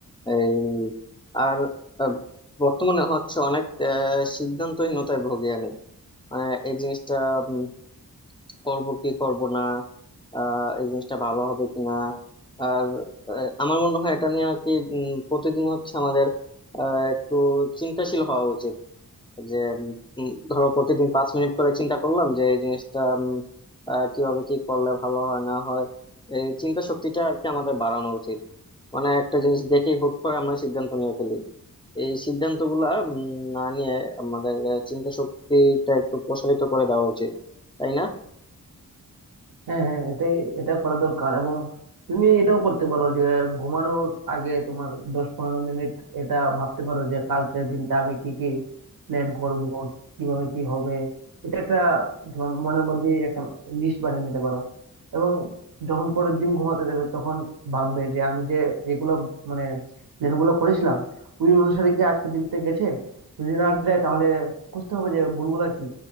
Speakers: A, on the left; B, on the right.
A: এই আর আহ, বর্তমানে হচ্ছে অনেক আহ, সিদ্ধান্তহীনতায় ভুগি আমি মানে এই জিনিসটা উম, করব কি করব না আহ, এই জিনিসটা ভালো হবে কি না আর আহ, আমার মনে হয় এটা নিয়ে আর কি উম, প্রতিদিন হচ্ছে আমাদের আহ, একটু চিন্তাশীল হওয়া উচিত যে উম, ধরো প্রতিদিন পাঁচ মিনিট করে চিন্তা করলাম যে এই জিনিসটা উম, আহ, কিভাবে কি করলে ভালো হয় না হয় এই চিন্তা শক্তিটা আর কি আমাদের বাড়ানো উচিত মানে একটা জিনিস দেখে হুট করে আমরা সিদ্ধান্ত নিয়ে ফেলি এই সিদ্ধান্ত গুলা না নিয়ে আমাদের আহ, চিন্তা শক্তিটা একটু প্রসারিত করে দেওয়া উচিত তাই না
B: হ্যাঁ হ্যাঁ এটাই এটা করা দরকার এবং তুমি এটাও করতে পারো যে ঘুমানোর আগে তোমার দশ পনেরো মিনিট এটা ভাবতে পারো যে কালকের দিনটা আমি কি কি প্ল্যান করব কিভাবে কি হবে এটা একটা তোমার মনের মধ্যে একটা লিস্ট বানিয়ে নিতে পারো এবং যখন পরের দিন ঘুমাতে যাবে তখন ভাববে যে আমি যে যেগুলো মানে প্ল্যান গুলো করেছিলাম ওই অনুসারে কি আজকের দিনটা গেছে যদি না যায় তাহলে বুঝতে হবে যে ভুলগুলা কি